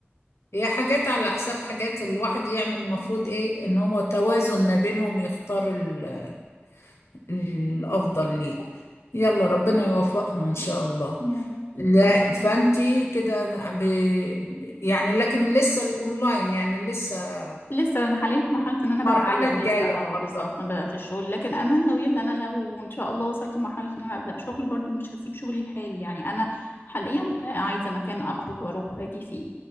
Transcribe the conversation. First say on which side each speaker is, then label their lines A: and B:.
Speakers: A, on the left; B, on the left.
A: هي حاجات على حساب حاجات الواحد يعمل المفروض ايه ان هو توازن ما بينهم يختار ال- الافضل ليه يلا ربنا يوفقهم ان شاء الله
B: يلا.
A: لا فانتي كده ب... يعني لكن لسه الاونلاين يعني لسه
B: لسه انا حاليا في مرحله ان انا
A: المرحلة
B: بتعلم
A: الجاية
B: لسه اه
A: مخططة
B: بالظبط ما بدات الشغل لكن انا ناويه ان انا لو ان شاء الله وصلت لمرحله ان انا ابدا شغل برضو مش هسيب شغلي الحالي يعني انا حاليا عايزه مكان اخرج واروح واجي فيه